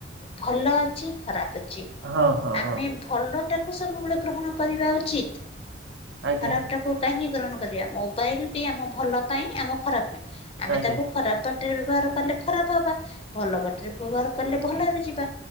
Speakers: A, on the left; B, on the right.
A: ଭଲ ଅଛି ଖରାପ ଅଛି
B: ହଁ ହଁ
A: ଆମେ
B: ହଁ
A: ଭଲ ଟାକୁ ସବୁବେଳେ ଗ କରିବା ଉଚିତ
B: ଆଜ୍ଞା
A: ଖରାପାକୁ କ ଗ୍ର କରିବା ମୋବାଇଲ ବି ଆମ ଭଲ ପାଇଁ ଆମ ଖରାପ ପାଇଁ ଆମେ
B: ଆଜ୍ଞା
A: ତାକୁ ଖରାପ ବାଟରୀ ବ୍ୟବହାର କଲେ ଖରାପ ହବା ଭଲ ବାଟରେୀ ବ୍ୟବହାର କଲେ ଭଲରେ ଯିବା